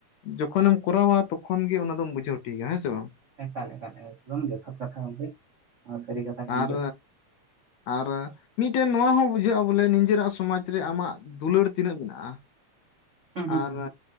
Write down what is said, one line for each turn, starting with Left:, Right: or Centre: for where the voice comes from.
Left: ᱡᱚᱠᱷᱚᱱᱮᱢ ᱠᱚᱨᱟᱣᱟ ᱛᱚᱠᱷᱚᱱ ᱜᱮ ᱚᱱᱟᱫᱢ ᱵᱩᱡᱷᱟᱹᱣ ᱴᱷᱤᱭᱟ ᱦᱮᱸ ᱥᱮ ᱵᱟᱝ?
Right: ᱮᱠᱟᱞ ᱮᱠᱟᱞ ᱡᱚᱛᱷᱟᱛ ᱠᱟᱛᱷᱟ ᱜᱚᱝᱠᱮ ᱱᱚᱭᱟ ᱥᱟᱹᱨᱤ ᱠᱟᱛᱷᱟ
Left: ᱟᱨ
Right: ᱠᱟᱱ ᱜᱮᱭᱟ᱾
Left: ᱟᱨ ᱢᱤᱫᱴᱮᱱ ᱱᱚᱣᱟ ᱦᱚᱸ ᱵᱩᱡᱷᱟᱹᱜᱼᱟ ᱵᱚᱞᱮ ᱱᱤᱡᱮᱨᱟ ᱥᱚᱢᱟᱡᱽ ᱨᱮ ᱟᱢᱟᱜ ᱫᱩᱞᱟᱹᱲ ᱛᱤᱱᱟᱹᱜ ᱢᱮᱱᱟᱜᱼᱟ᱾
Right: ᱦᱩᱸ ᱦᱩᱸ
Left: ᱟᱨ
Right: ᱦᱩᱸ